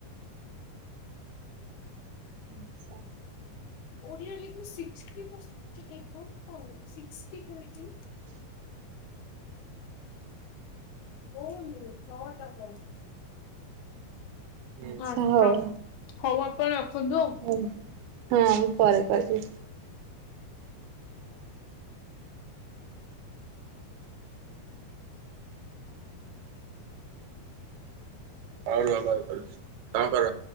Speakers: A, on the right; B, on the left.
A: ଆଚ୍ଛା।
B: ଓଡ଼ିଆ ଲେଖିକି ସିକ୍ସଟି ପର୍ସେଣ୍ଟ ଏଭବ୍ କଣ ସିକ୍ସି <unintelligible> ହଉନି ଛ ଟା <unintelligible>
A: ଆଛା
B: ହଁ
A: ହଉ
B: ହଉ ଆପଣ ରଖନ୍ତୁ ଆଉ।
A: ହ ହଁ ମୁଁ ପରେ କରିବି। ହଉ ରୁହ କଲ କରୁଛି ତମେ କର।